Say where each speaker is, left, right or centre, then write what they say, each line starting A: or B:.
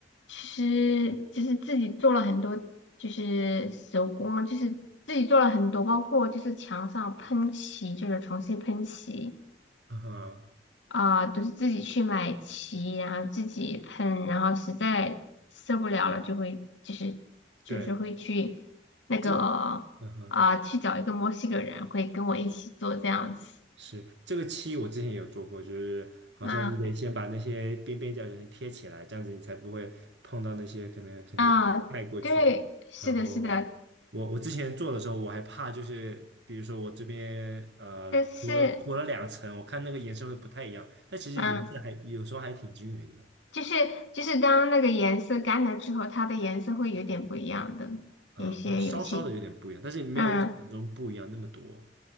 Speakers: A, on the left; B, on the right.
A: 其实就是自己做了很多，就是手工啊，就是自己做了很多，包括就是墙上喷漆，就是重新喷漆
B: 啊哈，
A: 啊，都是自己去买漆，然后自己喷，然后实在受不了了，就会就是就是会去那个啊，
B: 对，这啊哈
A: 去找一个墨西哥人，会跟我一起做这样子
B: 是这个漆，我之前也有做过，就是好像你得先把那些边边角角先贴起来，
A: 啊
B: 这样子你才不会碰到那些可能可能盖过去。
A: 啊，对，是的，
B: 然后我我之前做的时候，
A: 是的，
B: 我还怕就是，比如说我这边呃涂了涂了两层，
A: 但是。
B: 我看那个颜色会不太一样，但其实颜色还有时候还挺均匀的
A: 嗯。就是就是当那个颜色干了之后，它的颜色会有点不一样的，
B: 啊，
A: 有些油漆。
B: 稍稍的有点不一样，但是没有我想象中不一样那么多。
A: 嗯，